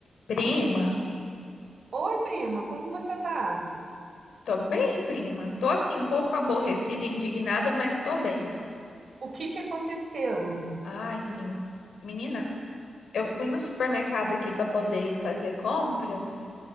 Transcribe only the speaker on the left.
Prima,
tô bem, prima. Tô assim, um pouco aborrecida e indignada, mas tô bem.
Ai, prima. Menina, eu fui no supermercado aqui pra poder fazer compras.